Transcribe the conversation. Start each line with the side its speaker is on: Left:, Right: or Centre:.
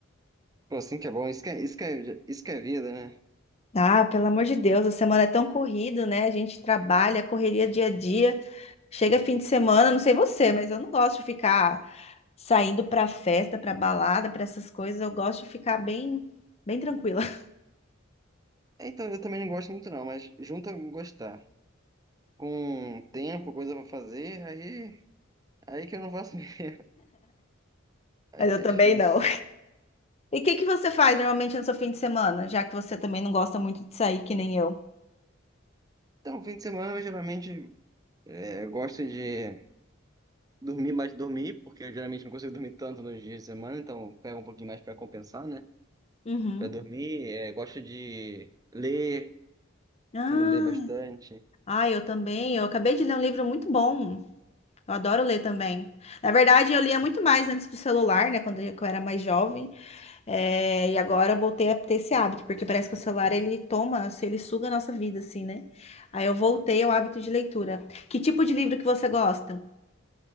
Right: Pô, sim que é bom. Isso que é, isso que é, isso que é vida, né?
Left: Ah, pelo amor de Deus, a semana é tão corrida, né? A gente trabalha, correria dia a dia. Chega fim de semana, não sei você, mas eu não gosto de ficar. Saindo para festa, para balada, para essas coisas, eu gosto de ficar bem, bem tranquila. <laughs>
Right: É, Então, eu também não gosto muito não, mas junto a gostar. Com tempo, coisa pra fazer, aí, aí que eu não faço mesmo. <laughs> Aí
Left: Mas
Right: que
Left: eu também
Right: é difícil.
Left: não. E o que que você faz normalmente no seu fim de semana, já que você também não gosta muito de sair, que nem eu?
Right: Então, fim de semana eu geralmente é, eu gosto de dormir mais dormir, porque eu geralmente não consigo dormir tanto nos dias de semana, então pega um pouquinho mais pra compensar, né?
Left: Uhum.
Right: para dormir, é, gosto de ler,
Left: Ah,
Right: costumo ler bastante.
Left: ah, eu também. Eu acabei de ler um livro muito bom. Eu adoro ler também. Na verdade, eu lia muito mais antes do celular, né? Quando eu eu era mais jovem. É, e agora eu voltei a ter esse hábito, porque parece que o celular ele toma, assim, ele suga a nossa vida, assim, né? Aí eu voltei ao hábito de leitura. Que tipo de livro que você gosta?